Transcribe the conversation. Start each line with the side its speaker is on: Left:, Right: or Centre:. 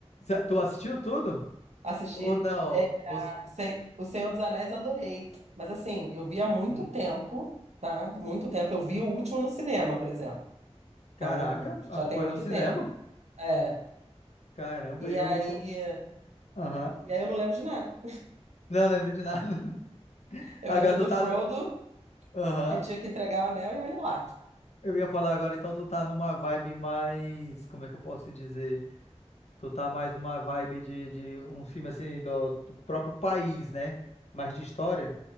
Left: Zé, Tu assistiu tudo?
Right: Assisti.
Left: Ou não? Ou s-
Right: O Sen- o Senhor dos Anéis eu adorei. Mas assim, eu vi há muito
Left: Hum.
Right: tempo, tá? Muito tempo. Eu vi
Left: hum.
Right: o último no cinema, por exemplo.
Left: Caraca,
Right: Então,
Left: acompanhou
Right: já tem muito
Left: no cinema?
Right: tempo. É.
Left: Caramba,
Right: E
Left: eu.
Right: aí,
Left: Aham.
Right: e aí eu não lembro de nada.
Left: Não lembro de nada. <laughs>
Right: Eu
Left: Agora
Right: lembro
Left: tu
Right: do
Left: tá.
Right: Frodo,
Left: Aham.
Right: que tinha que entregar o anel, e olha lá.
Left: Eu ia falar agora, então tu tá numa vibe mais. Como é que eu posso dizer? Tu tá mais numa vibe de, de um filme assim do, do próprio país, né? Mais de história?